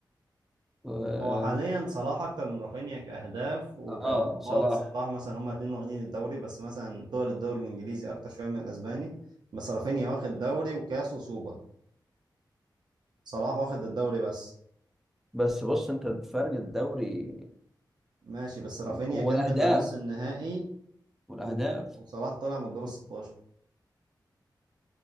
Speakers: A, in the centre; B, on the right.
A: و-
B: هو حاليا صلاح اكتر من رافينيا كاهداف وكبطولات
A: اه صلاح
B: صلاح مثلا هما الاثنين واخدين الدوري بس مثلا طول الدوري الانجليزي اكتر شويه من الاسباني بس رافينيا واخد دوري وكاس وسوبر صلاح واخد الدوري بس
A: بس بص انت فرق الدوري
B: ماشي بس رافينيا
A: والاهداف
B: كمل لنص النهائي
A: والاهداف
B: و- وصلاح طلع من الدور 16